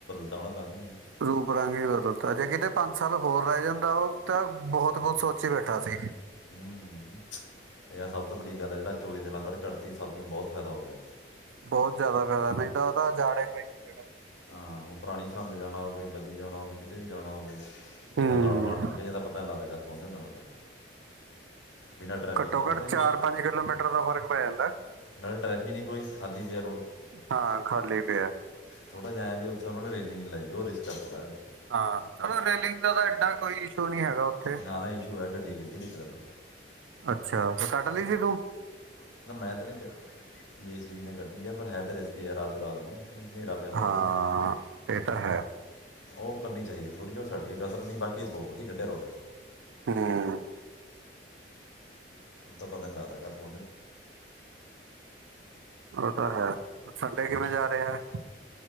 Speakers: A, on the left; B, on the right.
A: <unintelligible> ਤਾਂ <unintelligible>
B: ਰੂਪ ਰੰਗ ਹੀ ਬਦਲਤਾ ਜੇ ਕਿਤੇ ਪੰਜ ਸਾਲ ਹੋਰ ਰਹਿ ਜਾਂਦਾ ਉਹ ਤਾਂ ਬਹੁਤ ਕੁਝ ਸੋਚੀ ਬੈਠਾ ਸੀ
A: ਹੂੰ ਹੂੰ ਇਹ ਸਭ ਤੋਂ ਵੱਡੀ ਗੱਲ ਹੈ ਜਿਹੜਾ ਚੋਏ ਦੇ ਨਾਲ ਸੜਕ ਕੱਢਤੀ ਸਾਨੂੰ ਬਹੁਤ ਫਾਇਦਾ ਹੋ ਗਿਆ
B: ਬਹੁਤ ਜ਼ਿਆਦਾ ਕਰਦਾ ਨਹੀਂ ਤਾਂ ਉਹਦਾ ਜਾਣਾ ਈ ਪਈ ਸੀ ਜਗ੍ਹਾ
A: ਹਾਂ ਹੁ ਪੁਰਾਣੀ ਸਰੰਦ ਜਾਣਾ ਹੋਵੇ ਬੱਸੀ ਜਾਣਾ ਹੋਵੇ ਕਿਤੇ ਵੀ ਜਾਣਾ ਹੋਵੇ ਬੰਦਾ
B: ਹੂੰ
A: ਨਾਲੋਂ ਨਾਲ ਲੰਘ ਜਾਂਦਾ ਪਤਾ ਨਹੀਂ ਲੰਗ ਜਾਂਦਾ <unintelligible> ਪਹੁੰਚ ਜਾਂਦਾ ਬੰਦਾ ਬਿਨਾਂ ਟ੍ਰੈਫਿਕ
B: ਘੱਟੋ
A: ਤੋਂ ਅਂਕਣਾ
B: ਘੱਟ ਕਿਲੋਮੀਟਰ ਦਾ ਫਰਕ ਪੈ ਜਾਂਦਾ
A: ਨਾਲੇ ਟ੍ਰੈਫਿਕ ਨੀ ਕੋਈ ਖਾਲੀ ਪਿਆ ਰੋਡ
B: ਹਾਂ ਖਾਲੀ ਪਿਆ
A: ਥੋੜਾ ਜਿਆ ਐਂ ਵੀ ਉੱਥੇ ਟਿੰਗ ਲ ਜਾਓ ਰਿਕਿਸਕਾ ਥੋੜ੍ਹਾ ਜਿ
B: ਹਾਂ ਚਲੋ ਰੇਲਿੰਗ ਦਾ ਤਾਂ ਏਡਾ ਕੋਈ ਇਸ਼ੂ ਨਹੀਂ ਹੈਗਾ ਉੱਥੇ
A: ਨਾ ਨਾ ਇਸ਼ੂ ਹੋਇਆ ਗੱਡੀ ਗਿਰ ਗਈ ਤੇ ਇੱਕ ਦਿਨ
B: ਅੱਛਾ ਤੇ ਕੱਟ ਲਈ ਸੀ ਕਰੋ
A: ਨਾ ਮੈਂ ਤਾਂ ਨਹੀਂ ਜੇ ਸੀ ਵੀ ਨਾਲ ਕੱਢੀ ਹੈ ਪਰ ਹੈ ਤਾਂ ਰਿਸਕ <unintelligible> ਰਾਤ ਨੂੰ ਹਨੇਰਾ ਪਿਆ ਹੁੰਦਾ
B: ਹਾਂ
A: ਉਧਰ
B: ਇਹ ਤਾਂ ਹੈ
A: ਉਹ ਕਰਨੀ ਚਾਹੀਦੀ ਥੋੜੀਓ ਛੱਡ ਗੇ ਕਸਰ ਨਹੀਂ ਬਾਕੀ <unintelligible> ਕੱਢਿਆ ਰੋਡ
B: ਹੂੰ
A: ਤਾਂ ਪਤਾ ਨੀ ਲੱਗਦਾ ਘਰ <unintelligible>
B: ਹੋਤਾ ਹੈ ਸੰਡੇ ਕਿਵੇਂ ਜਾ ਰਿਹਾ ਹੈ